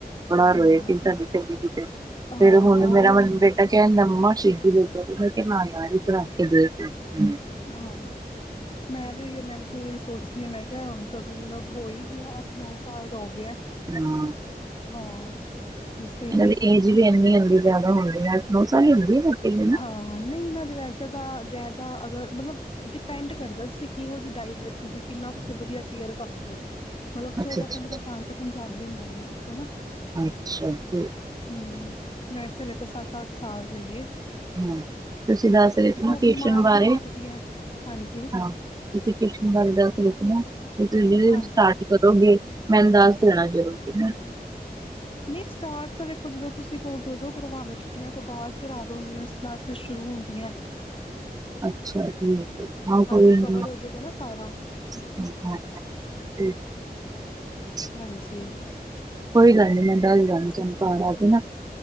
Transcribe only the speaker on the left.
ਹਾਂ
ਹਾਂ
ਉਹੀ
ਹਾਂ ਮੈਂ ਵੀ ਉਈ ਮੈਂ ਵੀ ਕਈ ਵਾਰੀ ਸੋਚਦੀ ਹਾਂ ਮੈਂ ਕਿਹਾ ਹੁਣ ਤਾਂ ਮਤਲਬ ਹੋ ਹੀ ਗਿਆ ਅੱਠ ਨੌ ਸਾਲ ਦਾ ਹੋ ਗਿਆ
ਹਾਂ ਬਸ ਕਈ
ਵਾਰੀ
ਹਾਂ, ਨਈ ਇਹਨਾਂ ਦੇ ਵੈਸੇ ਤਾਂ ਜ਼ਾਦਾ ਅਗਰ ਮਤਲਬ ਡਿਪੈਂਡ ਕਰਦਾ ਤੁਸੀਂ ਕਿਹੋ ਜੀ ਡਾਇਟ ਰੱਖੀ ਦੀ ਕਿੰਨਾ ਤੁਸੀਂ ਵਧੀਆ ਕੇਅਰ ਕਰ ਰੇ ਓ। ਮਲਬ ਚੌਦਾਂ,
ਪੰਦਰਾਂ ਸਾਲ ਤੱਕਨ ਜਾਂਦੇ ਨੇ ਏਹ ਵਾਲੇ ਕੁੱਤੇ ਨਾ।
ਹੁੰ, ਵੈਸੇ ਹਾਲੇ ਤੇ ਸੱਤ, ਅੱਠ ਸਾਲ ਦਾ ਈ ਐ।
ਬਿਮਾਰੀਆਂ
ਲੱਗਦੀਆਂ ਹਾਂਜੀ
ਹਾਂਜੀ
ਨੀ ਸਟਾਟ ਤਾਂ ਵੇਖੋ ਜਦੋਂ ਤੁਸੀਂ ਕੋਗੇ ਉਦੋਂ ਕਰਵਾਵੇਂ ਛੁੱਟੀਆਂ ਤੋਂ ਬਾਦ ਕਰਾਦੋ <unintelligible> ਕਲਾਸਿਸ ਸ਼ੁਰੂ ਹੁੰਦੀਆਂਐ। <inaudible>
ਹੀ
ਕਵਰ ਹੋ ਜਾਏਗਾ ਨਾ ਸਾਰਾ
ਹਾਂਜੀ।